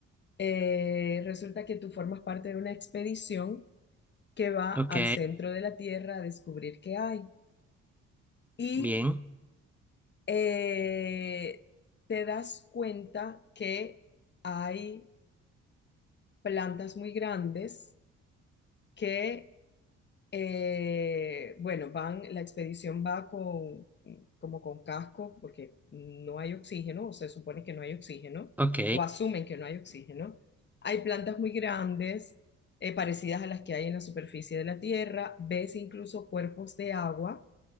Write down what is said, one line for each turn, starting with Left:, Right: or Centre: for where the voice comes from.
Left: eh, resulta que tú formas parte de una expedición que va al
Centre: ok,
Left: centro de la Tierra a descubrir qué hay. Y
Centre: bien,
Left: eh, te das cuenta que hay plantas muy grandes que Eh, bueno, van, la expedición va con, como con casco, porque no hay oxígeno, o se supone que no hay oxígeno,
Centre: ok,
Left: o asumen que no hay oxígeno. Hay plantas muy grandes, eh, parecidas a las que hay en la superficie de la Tierra. Ves incluso cuerpos de agua,